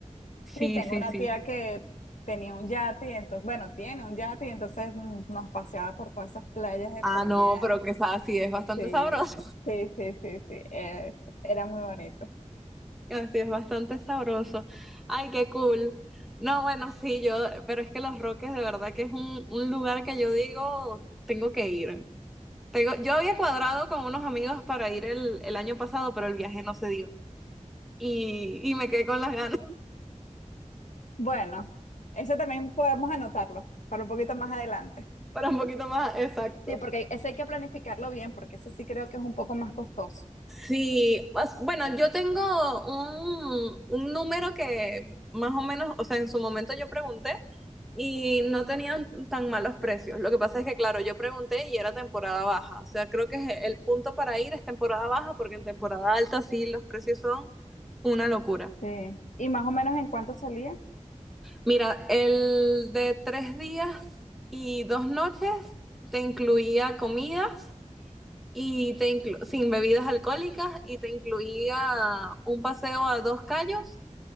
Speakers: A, in the centre; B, on the left.
A: sí,
B: Y tengo
A: sí,
B: una
A: sí.
B: tía que tenía un yate, y entonces, bueno, tiene un yate, y entonces mm, nos paseaba por todas esas playas de
A: Ah,
B: por allá.
A: no, pero que sa- así es bastante
B: Sí,
A: sabroso. <laughs>
B: sí, sí, sí, sí, es- era muy bonito.
A: Así es bastante sabroso. Ay, qué cool. No, bueno, sí, yo, pero es que Los Roques de verdad que es un, un lugar que yo digo, tengo que ir. Tengo- yo había cuadrado con unos amigos para ir el, el año pasado, pero el viaje no se dio. Y, y me quedé con las ganas <laughs>
B: Bueno, eso también podemos anotarlo para un poquito más adelante.
A: para un poquito más, exacto.
B: Sí, porque ese hay que planificarlo bien, porque ese sí creo que es un poco más costoso.
A: Sí, pues, bueno, yo tengo un, un número que más o menos, o sea, en su momento yo pregunté y no tenían tan malos precios. Lo que pasa es que, claro, yo pregunté y era temporada baja. O sea, creo que es el punto para ir es temporada baja porque en temporada alta sí los precios son una locura.
B: Sí. ¿Y más o menos en cuánto salía?
A: Mira, el de tres días y dos noches te incluía comidas. Y te inclu- sin bebidas alcohólicas y te incluía un paseo a dos callos,